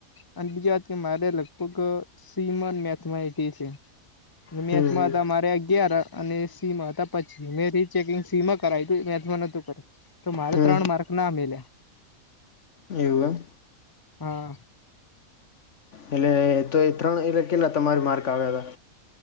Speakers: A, on the left (about 15°); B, on the left (about 55°).
A: અને બીજા વાત કે, મારે લગભગ સીમન મેથમેટી એટી છે.
B: હમ
A: મેક્સમાં
B: હમ
A: હતા, મારે અગિયાર અને સી માં હતા પછી મે ચેકિંગ સીમાં કરે, મેમાં નતું કરે, તો મારે
B: હમ
A: ત્રણ માર્ક ના મેલ્યા.
B: એવું.
A: હા.
B: એટલે તો એ ત્રણ એટલે કેટલા તમારી માર્ક આવ્યા હતા?